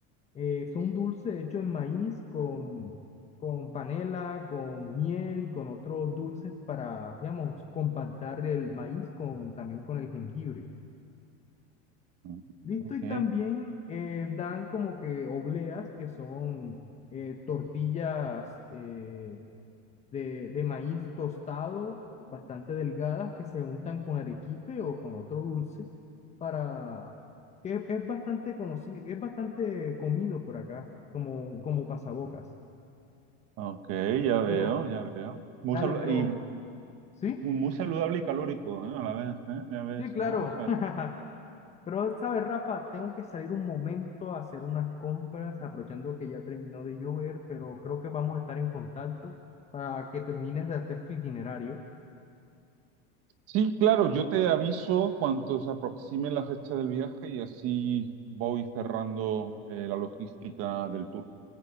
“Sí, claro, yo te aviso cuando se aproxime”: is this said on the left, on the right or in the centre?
Right